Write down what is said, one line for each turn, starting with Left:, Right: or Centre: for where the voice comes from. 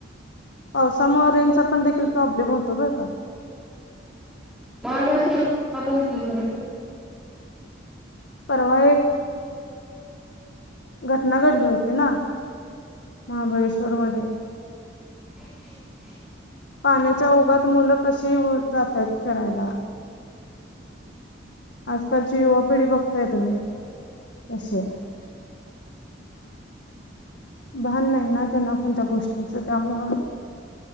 Left: पावसामुळे रेनचा पण देखील प्रॉब्लेम होतो बरं का.
Centre: महाबळेश्वर माब. <unintelligible>
Left: परवा एक, घटना घडली होती ना. महाबळेश्वर मध्ये.
Centre: <unintelligible>
Left: पाण्याच्या ओघात मुलं कशी येऊन जातात खेळायला. आजकालची युवा पिढी बघताय तुम्ही, कशी. भान नाही ना त्यांना कोणत्या गोष्टीचं त्यामुळ.